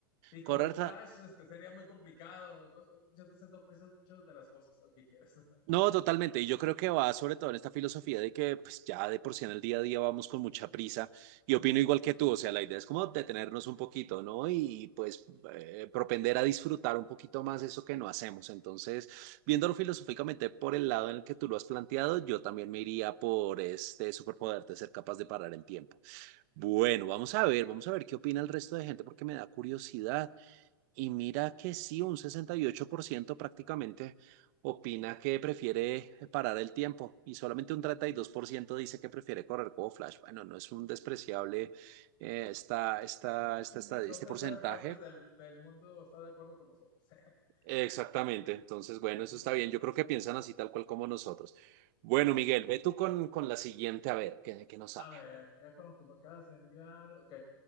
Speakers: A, on the left; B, on the right.
A: Y como
B: Correcto,
A: Flash, este, sería muy complicado. Muchas veces no aprecias muchas de las cosas, aunque quieres. <laughs>
B: No, totalmente. Y yo creo que va sobre todo en esta filosofía de que pues ya de por sí en el día a día vamos con mucha prisa y opino igual que tú. O sea, la idea es como detenernos un poquito, ¿no? Y pues eh, propender a disfrutar un poquito más eso que no hacemos. Entonces, viéndolo filosóficamente por el lado en el que tú lo has planteado, yo también me iría por este superpoder de ser capaz de parar el tiempo. Bueno, vamos a ver, vamos a ver qué opina el resto de gente porque me da curiosidad. Y mira que sí, un 68% prácticamente opina que prefiere parar el tiempo y solamente un 32% dice que prefiere correr como Flash. Bueno, no es un despreciable eh, esta- esta-
A: Porcentaje.
B: esta- esta-
A: Dos
B: este
A: terceras
B: porcentaje.
A: partes del, del mundo está de acuerdo con nosotros. <laughs>
B: Exactamente,
A: Ah,
B: entonces
A: no,
B: bueno,
A: muy
B: eso está
A: bien.
B: bien. Yo creo que piensan así tal cual como nosotros. Bueno, Miguel, ve tú con, con la siguiente, a ver, que, que nos
A: A
B: sale.
A: ver, ya con lo que me acabas de enviar, ok.